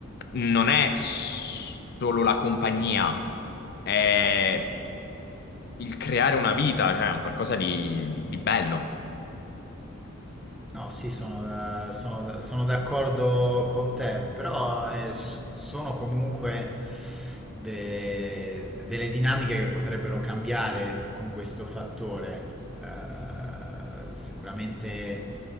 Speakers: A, on the left (about 50°); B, in the centre.
A: non è s- solo la compagnia è il creare una vita, cioè è un qualcosa di, di- di bello.
B: No, sì, sono, da- sono da- sono d'accordo con te, però eh, s- sono comunque de- delle dinamiche che potrebbero cambiare con questo fattore. Eh, sicuramente